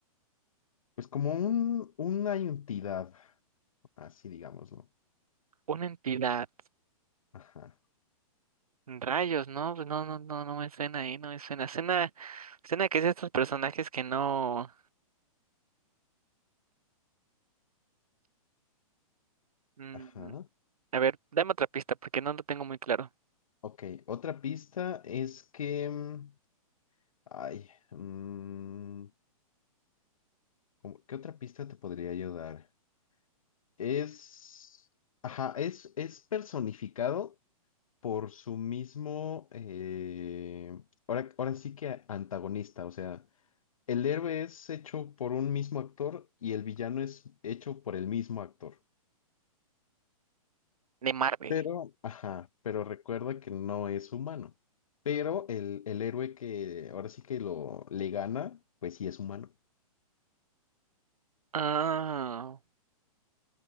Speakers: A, on the left; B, on the right.
A: pues como un, una entidad, así digámoslo.
B: Una entidad.
A: Ajá,
B: Rayos, no, pues no, no, no, no me suena ahí, no me suena. Suena, suena que es de estos personajes que no. mm,
A: ajá.
B: a ver, dame otra pista porque no lo tengo muy claro.
A: Ok, otra pista es que, mm, ay, mm, como- ¿Qué otra pista te podría ayudar? Es, ajá, es, es personificado por su mismo, eh, ahora, ahora sí que antagonista, o sea, el héroe es hecho por un mismo actor y el villano es hecho por el mismo actor.
B: De Marvel.
A: Pero, ajá, pero recuerda que no es humano. Pero el, el héroe que ahora sí que lo le gana, pues sí es humano.
B: Ah.